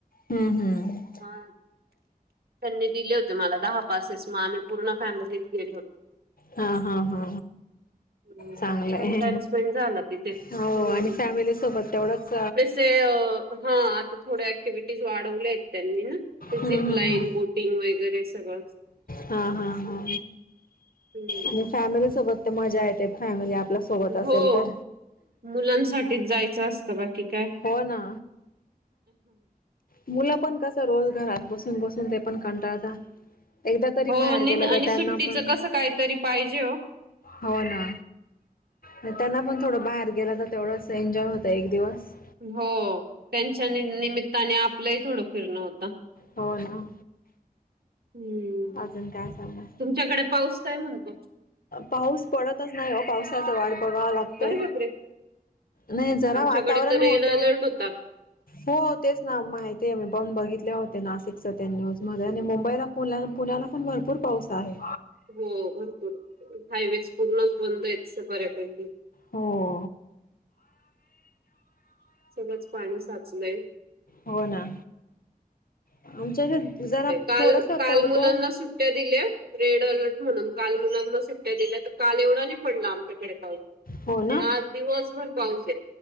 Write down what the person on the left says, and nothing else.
हम्म, हम्म.
हा हा हा
चांगलंय.
हो आणि फॅमिली सोबत तेवढंच.
हम्म
हम्म
हा हा हा
आणि फॅमिली सोबत ते मजा येते फॅमिली सोबत असेल
तर
हो ना मुलं पण कस रोजगारात घरात बसून, बसून ते पण कंटाळता एकदा तरी
बाहेर
गेला
तर त्यांना
पण
हो ना. त्यांना पण थोडं बाहेर गेलं तर तेवढ एन्जॉय होतं एक दिवस.
हो ना
अजून काय सांगणार
पाऊस पडतच नाही हो पावसाचा वाट बघावा लागत ते
नाही जरा
वातावरण
होत.
हो तेच ना माहिती आहे मी पण बघितले होते नाशिकच त्या न्यूज
मध्ये आणि मुंबईला पुण्या, पुण्याला पण भरपूर पाऊस आहे.
हो.
हो ना आमच्या इथे जरा
थोडस
पडतो
हो ना